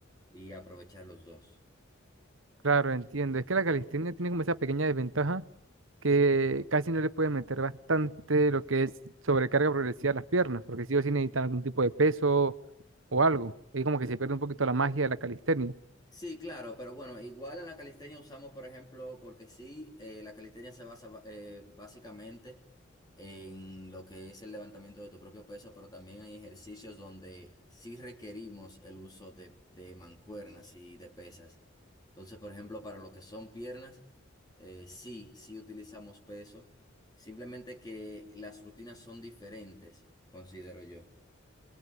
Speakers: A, on the left (about 20°); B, on the right (about 80°).
A: y aprovechar los dos.
B: claro, entiendo, es que la calistenia tiene como esa pequeña desventaja que casi no le puede meter bastante lo que es sobrecarga progresiva a las piernas, porque sí o sí necesitan algún tipo de peso o algo. Ahí como que se pierde un poquito la magia de la calistenia.
A: Sí, claro, pero bueno, igual en la calistenia usamos, por ejemplo, porque sí, eh, la calistenia se basa ba- eh, básicamente en lo que es el levantamiento de tu propio peso, pero también hay ejercicios donde sí requerimos el uso de, de mancuernas y de pesas. Entonces, por ejemplo, para lo que son piernas, eh, sí, sí utilizamos peso, simplemente que las rutinas son diferentes, considero yo.